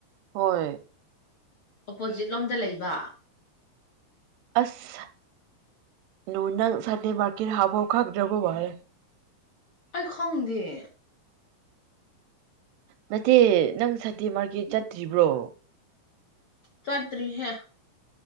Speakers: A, on the right; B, on the left.
A: ꯍꯣꯏꯣꯏ
B: ꯑꯣꯄꯣꯖꯤꯠ ꯂꯣꯝꯗ ꯂꯩꯕ
A: ꯑꯁ ꯂꯣ ꯅ ꯁꯥꯗꯦ ꯃꯥꯔꯀ ꯍꯥꯥꯕ ꯍꯣ ꯈꯥ ꯗ꯭ꯔꯕꯣꯔꯦ
B: ꯑꯩ ꯈꯪꯗꯤꯦ
A: ꯅꯠꯇꯦ ꯅꯪ ꯁꯇꯤ ꯃꯥꯔꯀꯦꯠ ꯆꯠꯇ꯭ꯔꯤꯕ꯭ꯔꯣ
B: ꯆꯥꯠꯇꯔꯤ ꯍꯥꯏꯦ